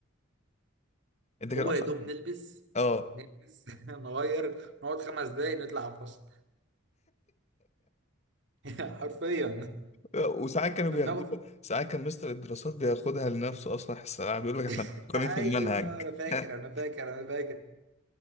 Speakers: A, on the left; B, on the right.
A: انت
B: هو
A: كان اصعب
B: يا دوب نلبس
A: اه
B: نلبس <laughs> نغير نقعد خمس دقايق نطلع فصل <laughs> حرفيا
A: وساعات كانوا
B: كنا
A: بياخدوه
B: بناخد
A: ساعات كان مستر الدراسات بياخدها لنفسه اصلا في الثانويه بيقول لك احنا
B: <laughs>
A: مفكرين
B: أيوه
A: في المنهج
B: أنا فاكر
A: <laughs>
B: أنا فاكر أنا فاكر